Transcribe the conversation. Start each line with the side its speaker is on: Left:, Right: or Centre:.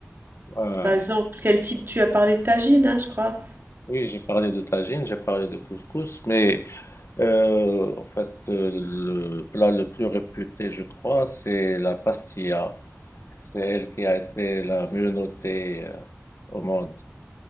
Left: euh,
Right: par exemple, quel type tu as parlé de tagine, hein, je crois.
Left: oui, j'ai parlé de tagine, j'ai parlé de couscous, mais Euh, en fait, euh, le plat le plus réputé, je crois, c'est la pastilla. C'est elle qui a été la mieux notée euh, au monde.